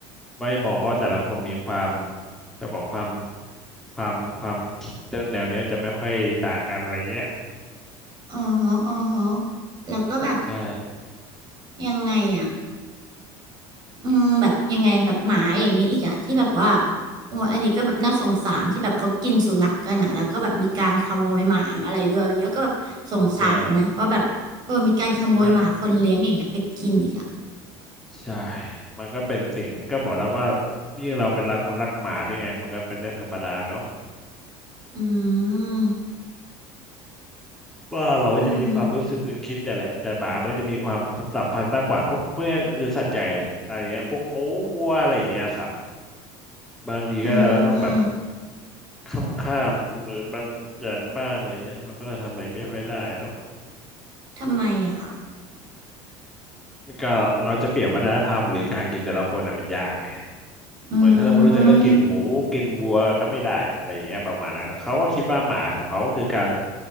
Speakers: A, in the centre; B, on the right.
A: ไม่มองเพราะแต่ละคนมีความจะบอกความความความคิดแนวเนี้ยจะไม่ค่อยต่างกันอะไรเงี้ย
B: อ๋อฮะอ๋อฮะแล้วก็แบบ
A: ใช่
B: ยังไงอะ อืมแบบยังไงแบบหมาอย่างนี้อีกอะที่แบบว่าโอ้อันนี้ก็แบบน่าสงสารที่แบบเขากินสุนัขกันอะแล้วก็แบบมีการขโมยหมาอะไรด้วยอย่างเงี้ยก็แบบสงสารนะว่าแบบเออมีการขโมยหมาคนเลี้ยงอย่างเงี้ยไปกินอีกอะ
A: จะไม่ใช่มันก็เป็นสิ่งก็บอกแล้วว่ายิ่งเราเป็นรักคนรักหมาด้วยไงมันก็เป็นเรื่องธรรมดาเนาะ
B: อืม
A: ว่าเราจะมีความรู้สึกหรือคิดเนี่ยแหละแต่หมามันก็จะมีความสัมพันธ์มากกว่าพวกเพื่อนคือสัตว์ใหญ่แหละอะไรเงี้ยพวกหมูวัวอะไรอย่างเงี้ยนะครับ
B: อืม
A: บางทีก็เราก็ต้องแบบ
B: อืม
A: ค่ำค่ำหรือบางอย่างบ้างอะไรเงี้ยเราก็จะทำอะไรไม่ค่อยได้เนาะ
B: ทำไมอะคะ
A: ก็เราจะเปลี่ยนวัฒนธรรมหรือการกินแต่ละคนน่ะมันยากไง
B: อืม
A: เหมือนถ้าสมมติเราจะเลิกกินหมูกินบัวก็ไม่ได้อะไรอย่างเงี้ยประมาณนั้นครับเขาก็คิดว่าหมาของเขาก็คือการ